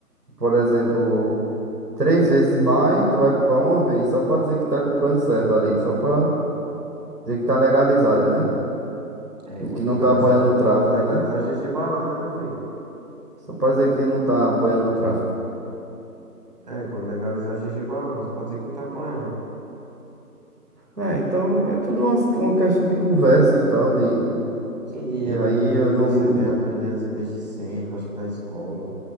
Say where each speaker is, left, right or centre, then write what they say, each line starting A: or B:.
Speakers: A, on the right (about 85°); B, on the right (about 25°).
A: por exemplo, três vezes mais, tu vai comprar uma vez, só pra dizer que tá comprando certo ali, só pra dizer que tá legalizada, né?
B: É,
A: E
B: quando
A: que não
B: legalizar,
A: tá apoiando o tráfico,
B: quando legalizar
A: né?
B: GG Balão, né, meu filho?
A: Só pra dizer que não tá apoiando o tráfico.
B: É, quando legalizar GG Balão, você pode dizer que não tá apoiando.
A: É, então é tudo uma, uma questão de conversa e tal, de.
B: Sim, de
A: E
B: ambiente
A: aí eu
B: que
A: não.
B: você
A: não
B: vem aprendendo assim desde sempre, acho que na escola.